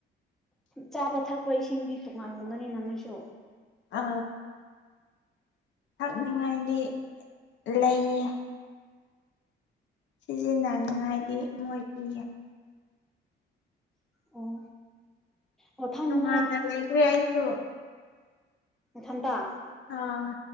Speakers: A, in the centre; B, on the left.
A: ꯆꯥꯕ ꯊꯛꯄ ꯏꯁꯤꯡꯗꯤ ꯇꯣꯉꯥꯟꯂꯝꯒꯅꯤ ꯅꯪꯅꯁꯨ
B: ꯑ ꯊꯛꯅꯤꯉꯥꯏꯗꯤ ꯂꯩꯌꯦ ꯁꯤꯖꯤꯟꯅꯅꯤꯉꯥꯏꯗꯤ ꯃꯣꯏ ꯄꯤꯌꯦ
A: ꯑꯣ ꯑꯣ ꯊꯛꯅꯤꯡꯉꯥꯏ
B: ꯇꯃꯅ ꯂꯥꯏꯈ꯭ꯔ ꯌꯥꯏꯀꯣ
A: ꯊꯟꯇ
B: ꯑꯥ